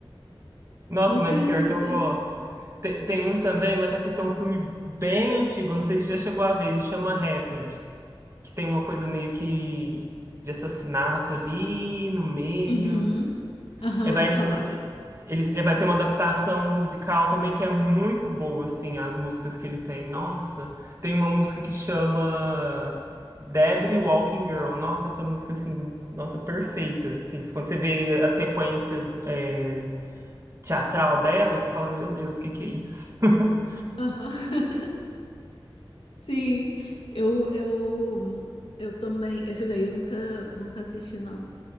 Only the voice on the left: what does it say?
<laughs> Muita
resistência.
Uhum. Aham,
ouvi
falar.
Aham. <laughs> Sim, eu, eu, eu também. Esse daí eu nunca, nunca assisti, não.